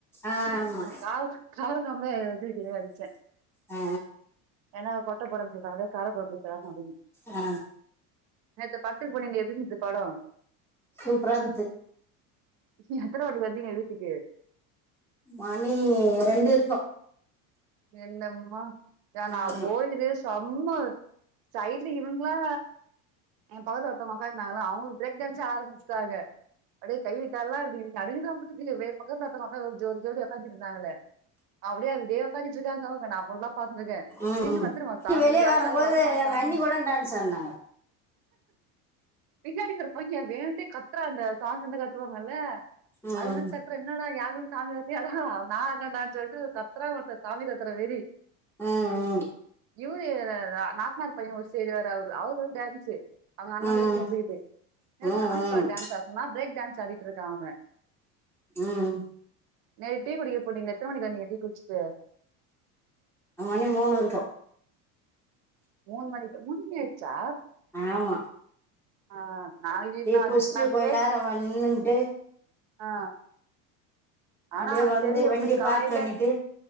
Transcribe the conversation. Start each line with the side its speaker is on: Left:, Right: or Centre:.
Centre: ஆமா
Right: நாகார கார கொழம்பு அதுனு நெனச்சே
Centre: ஆ
Right: ஏனா கொட்டைப் <unintelligible> கார கொழம்பு வச்சா நல்லது
Centre: ஆ
Right: நேத்து படத்துக் போனீங்ளே எப்டி இருந்ச்சு படோ
Centre: சூப்பரா இக்குது
Right: நீங்க எத்தன மணிக்கு வந்தீங்க வீட்டுக்கு
Centre: மணி ரெண்டு இருக்கு
Right: என்னம்மா ஏ நா
Centre: ஆமா
Right: போயுது செம்ம சைட்ல இவங்ளா ஏ பக்கத்துல ஒருத்தவங்க உக்காந்துருந்தாங்கள அவுங்க பிரேக் டேன்ஸே ஆரம்பிச்சுட்டாங்க அப்டே கை வெச்சாலா அப்டே நடுங்குது அப்டி பக்கத்துல ஒருத்தவங்க ஒரு ஜோடி ஜோடி உக்காந்து இருந்தாங்களே அப்டியே அதே உக்காந்துட் இருக்காங்க அவுங்க நா அவங்களதா பாத்துட்ருக்கே
Centre: ம்
Right: திடீர்னு வந்துருமா சாமி
Centre: ம் வெளியே
Right: யாருக்காவ்து
Centre: வரும்போது
Right: வருமா
Centre: எங்க
Right: சாமி
Centre: அண்ணி கூட டான்ஸ் ஆடினாங்க
Right: பின்னாடிக்குற பைய்யன் வேணுட்டே கத்றாங்க சாங் வந்தா கத்துவாங்கல்ல
Centre: ம்
Right: அது வந்த கத்தறான் என்னடா யாருக்கு சாமி வர்லயாடா நா ஆடுறன்டானு சொல்லிட்டு கத்துறா சாமிக் அத்தன வெறி
Centre: ம் ம்
Right: இவரு நாத்துனாறு பைய ஒரு செய்றவரு அவரு அவர் டான்ஸூ அவுங்க அண்ணங்கூட
Centre: ம்
Right: சேந்துக்கிட்டு
Centre: ம் ம்
Right: சாமிப்பாட்டுக் டான்ஸ் ஆட சொன்னா பிரேக் டான்ஸ் ஆடிட்டு இருக்கா அவே
Centre: ம்
Right: நேத் டீ குடிக்க போனீங்ளே எத்தன மணிக்கு வந்தீங்க டீ குடிச்சிட்டு
Centre: மணி மூணு இருக்கு
Right: மூணு மணிக்கு மூண் மணிஆயிச்சா
Centre: ஆமா
Right: ஆ நாளைக்கு இன்னாச்
Centre: டீ குடிச்சிட்டு
Right: இன்னாச்சே
Centre: கொஞ்ச நேரம் நின்னுட்டு
Right: ஆ
Centre: அப்படியே
Right: ஆனா
Centre: வந்து
Right: தெரியு எப்மே
Centre: வண்டி
Right: காய்ல
Centre: பார்க் பண்ணிட்டு